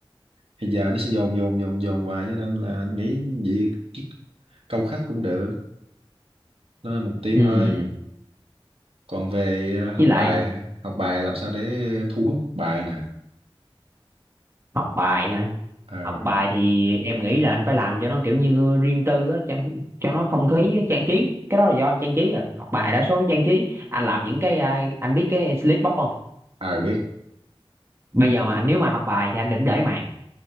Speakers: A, on the right; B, on the right.
A: thì giờ nó sẽ dồn dồn dồn dồn hoài cho nên là anh nghĩ vậy cái câu khách cũng được đó là mục tiêu
B: ừ
A: thôi còn về ờ, học
B: với lại
A: bài hả? học bài làm sao để thu hút học bài nè
B: học bài hả
A: ờ
B: học bài thì em nghĩ là anh phải làm cho nó kiểu như riêng tư á cho, cho nó không khí á, trang trí cái đó là do anh trang trí à học bài đa số trang trí anh làm những cái à, anh biết cái slip box không
A: ờ biết
B: bây giờ mà nếu mà học bài thì anh đừng để màn